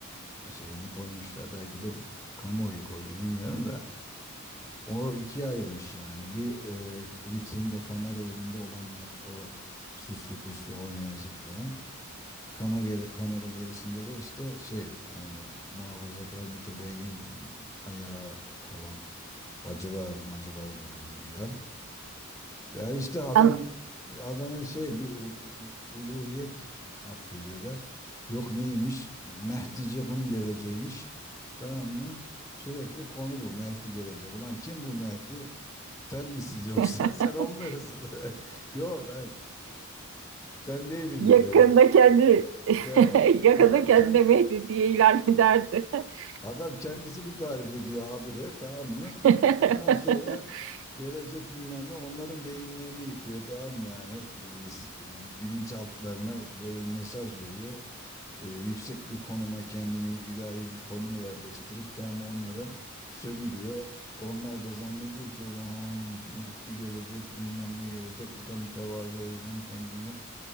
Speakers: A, on the left (about 15°); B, on the right (about 65°).
A: şeyini koymuşlar. Belki de kamuoyu koydu bilmiyorum da o ikiye ayırmış yani. Bir e, vitrinde kamera önünde olanlar o süslü püslü oynayan zıplayan kamera, kamera gerisinde de işte şey yani muhafazakar mütedeyyin ayağı olan bacılar macılar grubu güya. Ya işte adam
B: An-
A: adamı şey bir u- u- uluhiyet atfediyorlar. Yok neymiş? Mehdicığım geleceğimiş. Tamam mı? Sürekli konu bu. Mehdi gelecek. Ulan kim bu Mehdi? Sen misiniz yoksa
B: <laughs>
A: <laughs> sen olmuyorsun. <laughs> Yok ben ben değilim
B: Yakında
A: diyor. Yok
B: kendi
A: de.
B: <laughs> yakında
A: Adam
B: kendine
A: kendi
B: Mehdi diye ilan ederdi. <laughs>
A: Adam kendisini tarif ediyor habire tamam mı?
B: <laughs>
A: Ondan sonra gelecek bilmem ne onların beyinlerini yıkıyor tamam mı yani? Ee, s- bilinçaltlarına böyle bir mesaj veriyor. Ee, yüksek bir konuma kendini ilahi bir konuma yerleştirip tamam mı? onların sömürüyor. Onlar da zannediyor ki ulan Mehdi gelecek bilmem ne gelecek bu da mütevazı o yüzden kendini